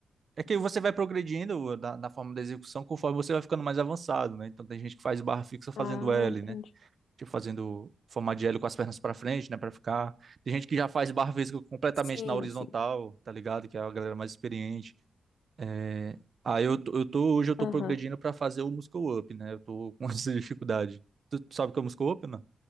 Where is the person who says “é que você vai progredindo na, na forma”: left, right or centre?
Right